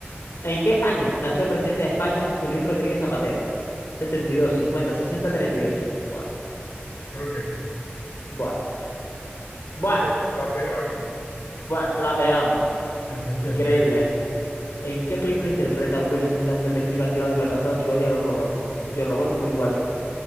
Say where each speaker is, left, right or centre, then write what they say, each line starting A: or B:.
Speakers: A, on the left; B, on the left.
A: ¿En qué año nació el presidente de España, José Luis Rodríguez Zapatero? Setenta y dos, cincuenta, sesenta, treinta y ocho. Bueno,
B: Creo que este.
A: bueno, bueno,
B: Ve, la pegamos
A: bueno, la pegamos.
B: en sesenta.
A: Increíble. ¿En qué película interpreta Will Smith a un detective anclado en el pasado que odia a los robots? Sí. Yo Robot, Will Wally,